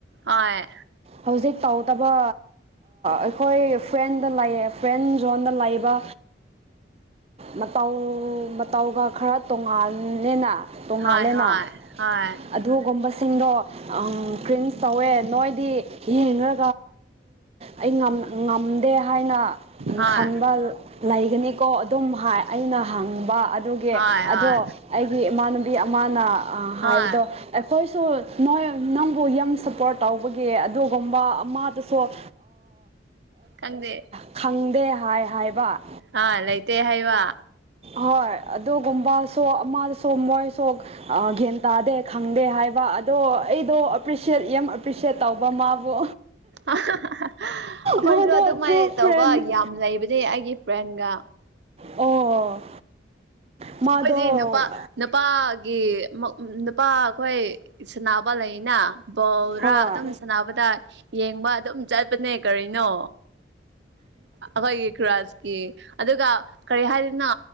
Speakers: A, on the right; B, on the right.
A: ꯑꯣ
B: ꯍꯧꯖꯤꯛ ꯇꯥꯎ ꯐꯠꯇꯕ ꯑꯩꯈꯣꯏ ꯐ꯭ꯔꯦꯟꯗ ꯂꯩꯌꯦ ꯐ꯭ꯔꯦꯟ ꯖꯣꯟꯗ ꯂꯩꯕ ꯃꯇꯧ ꯃꯇꯧꯒ ꯈꯔ ꯇꯣꯉꯂꯦꯅ ꯇꯣꯡꯉꯥꯜꯂꯦꯅ
A: ꯍꯣꯏ ꯍꯣꯏ ꯍꯣꯏ
B: ꯑꯗꯨꯒꯨꯝꯕꯁꯤꯡꯗꯣ ꯀ꯭ꯔꯤꯝꯁ ꯇꯧꯋꯦ ꯅꯣꯏꯗꯤ ꯌꯦꯡꯔ ꯑꯩ ꯉꯝꯗꯦ ꯍꯥꯏꯅ
A: ꯍꯣꯏ
B: ꯈꯟꯕ ꯂꯩꯒꯅꯤꯀꯣ ꯑꯗꯨꯝ ꯍꯥꯏ ꯑꯩꯅ ꯍꯪꯕ ꯑꯗꯨꯒꯤ
A: ꯍꯣꯏ ꯍꯣꯏ
B: ꯑꯗꯣ ꯑꯩꯒꯤ ꯏꯃꯥꯟꯅꯨꯕꯤ ꯑꯃꯅ ꯍꯥꯏꯕꯗꯣ
A: ꯍꯣꯏ
B: ꯑꯩꯈꯣꯏꯁꯨ ꯅꯣꯏ ꯅꯪꯕꯨ ꯌꯥꯝ ꯁꯞꯄꯣꯔꯠ ꯇꯧꯕꯒꯤ ꯑꯗꯨꯒꯨꯝꯕ ꯑꯃꯗꯨꯁꯨ
A: ꯈꯪꯗꯦ
B: ꯈꯪꯗꯦ ꯍꯥꯏ ꯍꯥꯏꯕ
A: ꯍꯥ ꯂꯩꯇꯦ ꯍꯥꯏꯩ ꯋꯥ
B: ꯍꯣꯏ ꯑꯗꯨꯒꯨꯝꯕꯁꯨ ꯑꯃꯗꯁꯨ ꯃꯣꯏꯁꯨ ꯒ꯭ꯌꯥꯟ ꯇꯥꯗꯦ ꯈꯪꯗꯦ ꯍꯥꯏꯕ ꯑꯗꯣ ꯑꯩꯗꯣ ꯑꯦꯄ꯭ꯔꯤꯁꯦꯠ ꯌꯥꯝ ꯑꯦꯄ꯭ꯔꯤꯁꯦꯠ ꯇꯧꯕ ꯃꯥꯕꯨ
A: ꯑ ꯑꯩꯈꯣꯏꯁꯨ
B: ꯃꯥꯗꯣ
A: ꯑꯗꯨꯃꯥꯏꯅ
B: ꯇ꯭ꯔꯨ
A: ꯇꯧꯕ
B: ꯐ꯭ꯔꯦꯟ
A: ꯌꯥꯝ ꯂꯩꯕꯗꯤ ꯑꯩꯒꯤ ꯐ꯭ꯔꯦꯟꯒ
B: ꯑꯣ ꯃꯥꯗꯣ
A: ꯑꯩꯈꯣꯏꯗꯤ ꯅꯨꯄꯥ ꯅꯨꯄꯥꯒꯤ ꯎ ꯅꯨꯄꯥ ꯑꯩꯈꯣꯏ ꯁꯅꯥꯕ ꯂꯩꯅ ꯕꯧꯔꯥ
B: ꯍꯣꯏ
A: ꯑꯗꯨꯝ ꯁꯅꯕꯗ ꯌꯦꯡꯕ ꯑꯗꯨꯝ ꯆꯠꯄꯅꯦ ꯀꯔꯤꯅꯣ ꯑꯩꯈꯣꯏꯒꯤ ꯀ꯭ꯔꯥꯁꯀꯤ ꯑꯗꯨꯒ ꯀꯔꯤ ꯍꯥꯏꯗꯅ